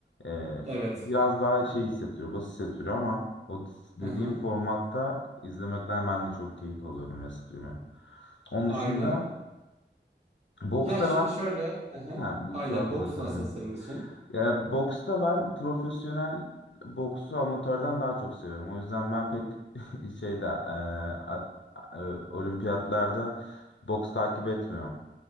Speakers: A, on the left; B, on the right.
A: Ee,
B: Evet.
A: biraz daha şey hissettiriyor, basit hissettiriyor ama o dediğim
B: Hı hı.
A: formatta izlemekten ben de çok keyif alıyorum eskimi. Onun
B: Aynen.
A: dışında boksta
B: Ya şimdi
A: ben
B: şöyle. Hı hı.
A: Ha, bu
B: Aynen.
A: kusura bakma
B: Boks
A: lafını.
B: nasıl senin için?
A: Ya, boksta ben profesyonel boksu amatörden daha çok seviyorum. O yüzden ben pek <laughs> şeyde e, at- e, olimpiyatlarda boks takip etmiyorum.